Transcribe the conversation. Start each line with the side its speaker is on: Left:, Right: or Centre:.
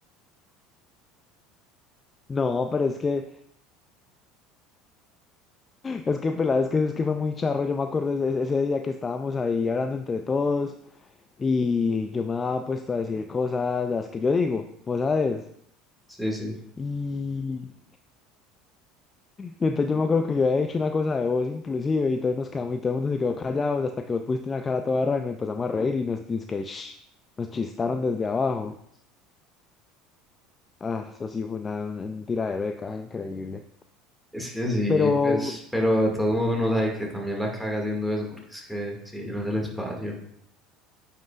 Left: No, pero es que, es que, pelada, es que, es que fue muy charro. Yo me acuerdo ese, ese día que estábamos ahí hablando entre todos y yo me había puesto a decir cosas, las que yo digo, vos sabes.
Centre: Sí, sí.
Left: Y, y entonces yo me acuerdo que yo había dicho una cosa de vos inclusive y todos nos quedamos y todo el mundo se quedó callados hasta que vos pusiste una cara toda rara y nos empezamos a reír y nos, dice que, "Shh", nos chistaron desde abajo. Ah, eso sí fue una, un tiradero de caja increíble.
Centre: Es que sí,
Left: Pero,
Centre: pues, pero de todos modos uno sabe que también la caga haciendo eso, porque es que sí, no es el espacio.